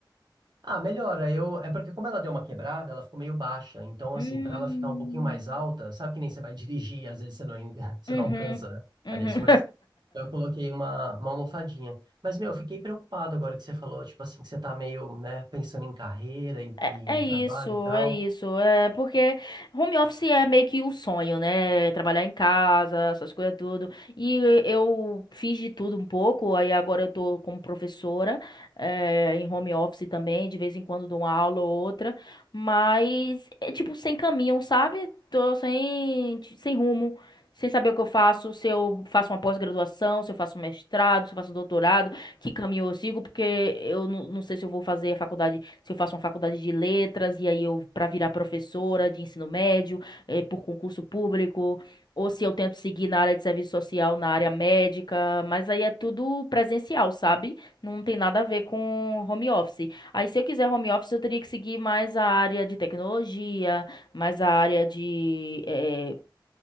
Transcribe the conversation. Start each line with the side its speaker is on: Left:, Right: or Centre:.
Right: Ah, melhora. Eu, é porque como ela deu uma quebrada, ela ficou meio baixa. Então,
Left: Hum,
Right: assim, para ela ficar um pouquinho mais alta, sabe que nem você vai dirigir, às vezes você não, en- <laughs> você
Left: uhum,
Right: não alcança né,
Left: uhum.
Right: ali as coisas. Então, eu coloquei uma, uma almofadinha. Mas, meu, eu fiquei preocupado agora que você falou, tipo assim, que você tá meio, né, pensando em carreira, em,
Left: É,
Right: em
Left: é isso,
Right: trabalho e tal.
Left: é isso. É porque home office é meio que o sonho, né? Trabalhar em casa, essas coisas tudo. E eu fiz de tudo um pouco, aí agora eu tô como professora, é, em home office também, de vez em quando dou uma aula ou outra, mas é tipo sem caminho, sabe? Tô sem, sem rumo. Sem saber o que eu faço, se eu faço uma pós-graduação, se eu faço um mestrado, se eu faço um doutorado, que caminho eu sigo, porque eu não, não sei se eu vou fazer a faculdade, se eu faço uma faculdade de letras e aí eu para virar professora de ensino médio, eh, por concurso público, ou se eu tento seguir na área de serviço social, na área médica, mas aí é tudo presencial, sabe? Não tem nada a ver com home office. Aí se eu quiser home office, eu teria que seguir mais a área de tecnologia, mais a área de eh,